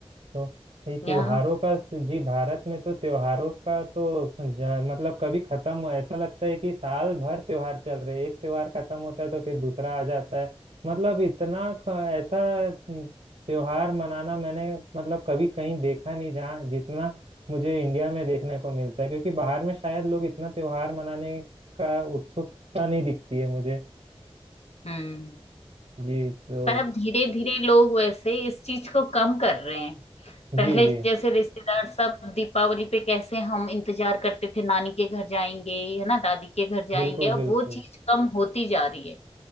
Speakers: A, on the right; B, on the left.
A: तो ये त्योहारों
B: यहाँ
A: का स- जी भारत में तो त्योहारों का तो ज- मतलब कभी खत्म हो ऐसा लगता है कि साल भर त्योहार चल रहे हैं। एक त्योहार खत्म होता है तो फिर दूसरा आ जाता है मतलब इतना ख- ऐसा न- त्योहार मनाना मैंने मतलब कभी कहीं देखा नहीं जहाँ जितना मुझे इंडिया में देखने को मिलता है क्योंकि बाहर में शायद लोग इतना त्योहार मनाने का उत्सुकता नहीं दिखती है मुझे
B: हम्म
A: जी तो
B: पर अब धीरे धीरे लोग वैसे इस चीज को कम कर रहे हैं पहले
A: जी जी
B: जैसे रिश्तेदार सब दीपावली पे कैसे हम इंतजार करते थे नानी के घर जाएंगे है ना दादी के घर जाएंगे
A: बिल्कुल
B: अब
A: बिल्कुल
B: वो चीज कम होती जा रही है